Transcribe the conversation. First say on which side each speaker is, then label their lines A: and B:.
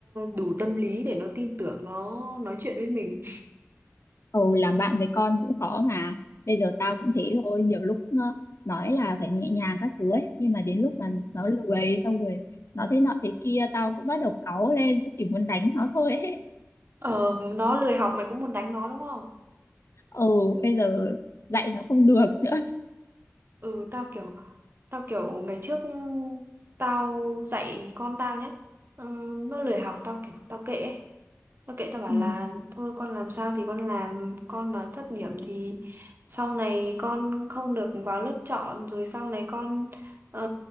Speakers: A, on the right; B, on the left.
A: đủ tâm lý để nó tin tưởng nó nói chuyện với mình.
B: ừ làm bạn với con cũng khó mà bây giờ
A: Ừ.
B: tao cũng thế thôi nhiều lúc nó nói là phải nhẹ nhàng các thứ ấy nhưng mà đến lúc
A: Ừ.
B: mà nó lười xong rồi nó thế nọ thế kia tao cũng bắt đầu cáu lên cũng chỉ muốn đánh nó thôi ấy
A: Ờ, nó lười học mày cũng muốn đánh nó đúng không?
B: ừ bây giờ dạy nó không được nữa
A: Ừ, tao kiểu tao kiểu ngày trước tao dạy con tao nhé. Ừ, nó lười học tao kiểu tao kệ. ấy. Tôi kệ tao bảo
B: ừ
A: là thôi con làm sao thì con làm con mà thấp điểm thì sau này con không được vào lớp chọn rồi sau này con ờ,